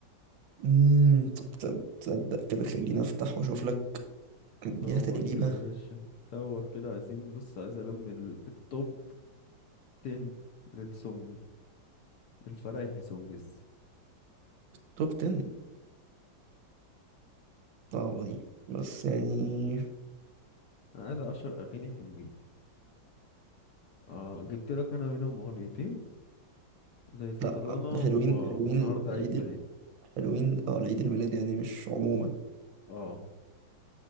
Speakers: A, on the right; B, on the left.
A: امم طب تصدق تصدق كده خليني افتح واشوف لك اديها
B: دور
A: تقليبه
B: كده يا باشا دور كده عايزين بص عايز الم ال- التوب 10 للسونجز للفرايحي سونجز
A: توب 10 صعبه دي بس يعني
B: انا عايز عشر اغاني حلوين اه جبت لك انا منهم اغنيتين زي سطلانة
A: لا حلوين
B: و...
A: حلوين
B: والنهاردة
A: العيد
B: عيد ميلاد
A: ال- حلوين اه العيد الميلاد يعني مش عموما
B: اه